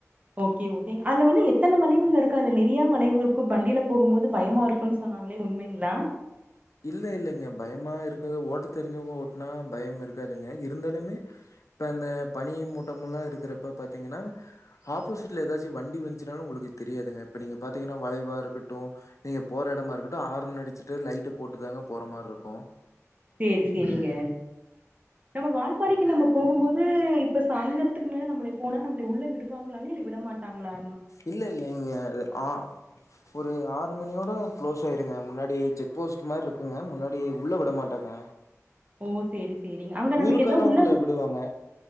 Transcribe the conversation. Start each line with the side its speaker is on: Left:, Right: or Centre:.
Right: ஓகே ஓகே அதுல வந்து எத்தனை வளைவுங்க இருக்கு அது நிறையா வளைவு இருக்கு வண்டியில போகும் போது பயமா இருக்கும்ன்னு சொன்னாங்களே உண்மைங்களா
Left: இல்ல இங்க பயமா இருக்கது ஓட்ட தெரிஞ்சவங்க ஓட்டுனா பயம் இருக்காதுங்க இருந்தாலுமே இப்ப இந்தந்த பனி மூட்டம் எல்லா இருக்கிறப்ப பாத்தீங்கன்னா ஆப்போசிட்ல எதாச்சும் வண்டி வச்சுனாலு உங்களுக்கு தெரியாதுங்க இப்ப நீங்க பாத்தீங்கன்னா வளைவா இருக்கட்டு நீங்க போரா எடமா இருக்கட்டும் ஆறன் அடுச்சிட்டு லைட்டு போட்டு தாங்க போற மாரி இருக்கு
Right: சேரி சேரிங்க நம்ம வால்பாறைக்கு நம்ம போகும்போது இப்ப சாயந்தத்துக்கு மேல நம்மளை போனா நம்மளை உள்ள விடுவாங்களான்னு இல்ல விடமாட்டாங்களா
Left: இல்ல இல்லங்க ஆ ஒரு ஆறு ஒரு ஆறு மணியோட க்ளோஸ் ஆயிருங்க முன்னாடி செக் போஸ்ட் மாரி இருக்குங்க முன்னாடி உள்ள விட மாட்டாங்க
Right: ஓ சேரி சேரிங்க அங்க நமக்கு
Left: ஊருக்காரவங்கள
Right: எதா உள்ள
Left: விடுவாங்க.